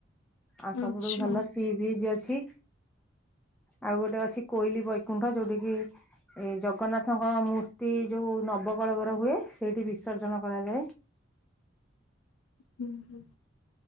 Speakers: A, in the centre; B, on the left.
A: ଆଉ ସବୁଠୁ
B: ଆଚ୍ଛା
A: ଭଲ
B: ହୁଁ
A: ସି ବିଜ ଅଛି। ଆଉ ଗୋଟେ ଅଛି କୋଇଲି ବୈକୁଣ୍ଠ ଯୋଉଠ କି ଏ ଜଗନ୍ନାଥଙ୍କ ମୂର୍ତ୍ତି ଯୋଉ ନବକଳବର ହୁଏ ସେଇଠି ବିସର୍ଜନ କରାଯାଏ।
B: ହୁଁ ହୁଁ।